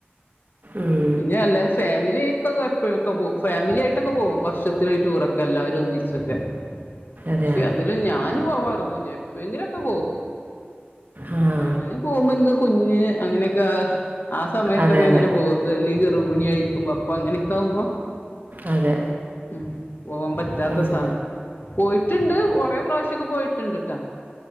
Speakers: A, on the right; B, on the left.
A: ഉം
B: പിന്നെ എല്ലാരും ഫാമിലി <unintelligible> എപ്പോഴൊക്കെ പോവും ഫാമിലി ആയിട്ടൊക്കെ പോകവും വർഷത്തി ഒരു ടൂറൊക്കെ എല്ലാവരും ഒന്നിച്ചൊക്കെ
A: അതെയാ
B: പക്ഷെ അതില് ഞാന്ും പോവാ <unintelligible> എപ്പോയെങ്കിലുംകെ പോവും
A: ആ
B: ഞാന് പോകുമ്പോ എക്ക് കുഞ്ഞ് അങ്ങനെയൊക്കെ ആ സമയത്തൊക്കെ
A: അതെ അതെ
B: അങ്ങനെ പോവുക <unintelligible> ഗർവിണി യായിരിക്കുമ്പോ പ്പാ എ അങ്ങനക്കാവുമ്പോ
A: അതെ
B: ഉ പോവാൻ പറ്റാത്ത
A: ഉം
B: <unintelligible> പോയി ഇട്ടുണ്ട് ഒറെേ പ്രാവശ്യൊക്കെ പോയിട്ടുണ്ട് ട്ടാ